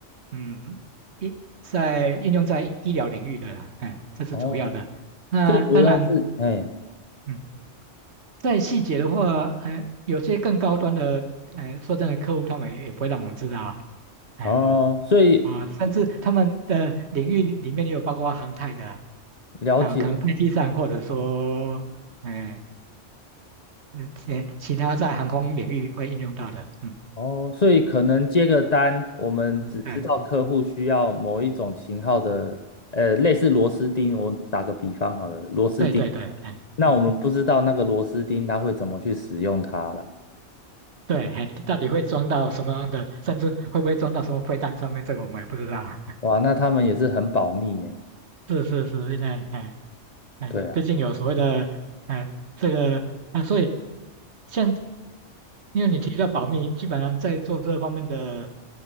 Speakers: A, on the right; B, on the left.
A: 嗯医在应用在医疗领域的啦，哎，这是主要的。
B: 哦。
A: 那当然，
B: 所以主要是，哎，
A: 嗯，在细节的话，哎，有些更高端的，哎，说真的，客户他们也也不会让我们知道啊，哎，
B: 哦，所以
A: 啊，甚至他们的领域里面也有包括航太的啊，
B: 了解，
A: 啊可能飞机上或者说，哎，嗯，其其他在航空领域会应用到的，嗯，
B: 哦，所以可能接个单，我们只知道客户需要某一种型号的，
A: 对，
B: 呃，类似螺丝钉，我打个比方好了，螺丝钉，
A: 对对对，哎。
B: 那我们不知道那个螺丝钉它会怎么去使用它啦，
A: 嗯对，还到底会装到什么样的，甚至会不会装到什么飞弹上面，这个我们也不知道啊。<laughs>
B: 哇，那他们也是很保密呢，
A: 是是是，因为哎哎，
B: 对啊，
A: 毕竟有所谓的哎这个啊，所以像因为你提到保密，基本上在做这方面的